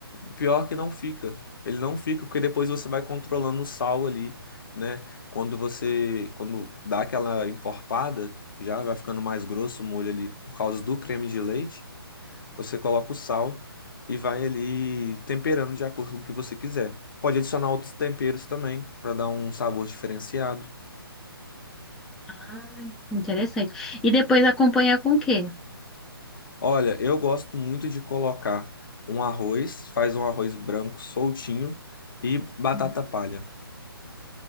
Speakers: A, on the left (about 60°); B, in the centre.
A: Pior que não fica. Ele não fica, porque depois você vai controlando o sal ali, né? Quando você, quando dá aquela encorpada, já vai ficando mais grosso o molho ali por causa do creme de leite. Você coloca o sal e vai ali temperando de acordo com o que você quiser. Pode adicionar outros temperos também para dar um sabor diferenciado.
B: Ai, interessante. E depois acompanha com o quê?
A: Olha, eu gosto muito de colocar um arroz, faz um arroz branco soltinho e batata
B: Uhum.
A: palha.